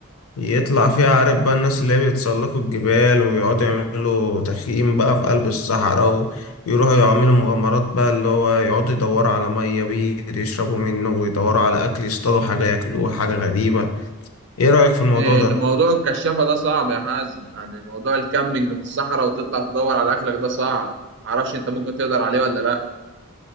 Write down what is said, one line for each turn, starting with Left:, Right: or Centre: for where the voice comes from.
Left: يطلع فيها عارف بقى الناس اللي هي بيتسلقوا الجبال ويقعدوا يعملوا تخييم بقى في قلب الصحراء ويروحوا يعملوا مغامرات بقى اللي هو يقعدوا يدوروا على مية بير يشربوا منه ويدوروا على أكل يصطادوا حاجة ياكلوها حاجة غريبة إيه رأيك في الموضوع
Right: إيه،
Left: ده؟
Right: موضوع الكشافة ده صعب يا حازم يعني موضوع الكامبينج في الصحراء وتطلع تدور على أكلك ده صعب معرفش أنت ممكن تقدر عليه ولا لأ